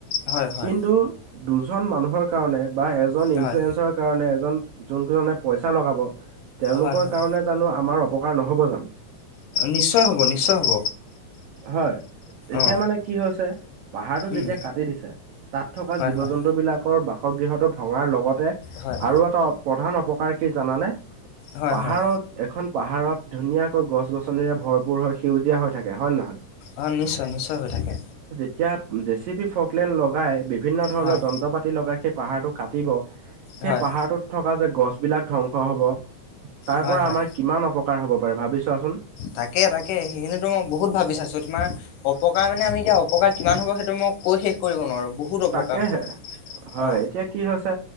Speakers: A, on the left; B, on the right.
A: হয় হয়
B: কিন্তু দুজন মানুহৰ কাৰণে। বা এজন ইনফ্লয়েঞ্চৰ
A: হয়
B: কাৰণে এজন যোন কেইজনে পইচা লগাব। তেওঁলোকৰ
A: হয় হয়
B: কাৰণে জানো আমাৰ অপকাৰ নহব জানো।
A: নিশ্চয় হ'ব নিশ্চয় হ'ব।
B: হয়, এতিয়া
A: অ
B: মানে কি হৈছে পাহাৰটো যেতিয়া
A: উম
B: কাটি দিছে। তাত থকা
A: হয়
B: জীৱ-জন্তু
A: হয়
B: বিলাকৰ বাসগৃহটো ভঙাৰ লগতে
A: হয়
B: আৰু এটা প্ৰধান অপকাৰ কি জানানে?
A: হয়
B: পাহাৰত
A: হয়
B: এখন পাহাৰত ধুনীয়াকৈ গছ-গছনিৰে ভৰপূৰ হৈ সেউজীয়া হৈ থাকে। হয়নে নহয়?
A: অ' নিশ্চয় নিশ্চয় হৈ থাকে।
B: এতিয়া জে চি বি ফকলেন লগাই বিভিন্ন ধৰণৰ
A: হয়
B: যন্ত্ৰ-পাতি লগাই সেই পাহাৰটো কাটিব। সেই
A: হয়
B: পাহাৰটোত থকা যে গছ বিলাক ধ্বংস হ'ব। তাৰ
A: হয়
B: পৰা
A: হয়
B: আমাৰ কিমান অপকাৰ হব পাৰে, ভাবি চোৱাচোন।
A: তাকে তাকে সেইখিনিতো মই বহুত ভাবি চাইছো। তোমাৰ অপকাৰ মানে আমি এতিয়া অপকাৰ কিমান হ'ব সেইটো মই কৈ শেষ কৰিব নোৱাৰো, বহুত
B: তাকেহে
A: অপকাৰ হব।
B: হয়,
A: অ
B: এতিয়া কি হৈছে